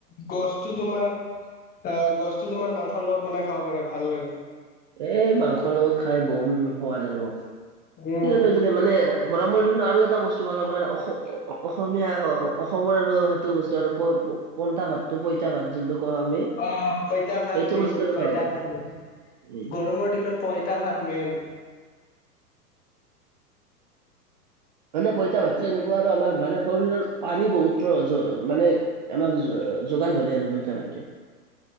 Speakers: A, on the left (about 20°); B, on the right (about 30°).
A: গছতো তোমাৰ আ গছটো তোমাৰ মাংসৰ লগত বনাই খাব পাৰে ভাল লাগে।
B: এই মাংসৰ লগত খাই বৰ সোৱাদ আৰু ঠিক
A: উম
B: আছে টোতে মানে গৰমৰ দিনত আৰু এটা বস্তু বনাব পাৰি আৰু অস অসমীয়া হ হ অসমৰ আৰু সেইটো বস্তু আৰু প প পনটা ভাতটো পইতা ভাত যোনটো কওঁ আমি
A: অ পঁইতা ভাত
B: সেইটো
A: মেইন,
B: বস্তু আৰু
A: পঁইতা
B: খাব পাৰো।
A: ভাত মেইন
B: উম।
A: গৰম মৰ দিনত পইতা ভাত মেইন।
B: মানে পইচা ভাতটো এনেকুৱা আৰু আমাৰ মানে শৰীৰৰ পানী বহুত য মানে আমাক য যোগান ধৰে আৰু পইতা ভাতে।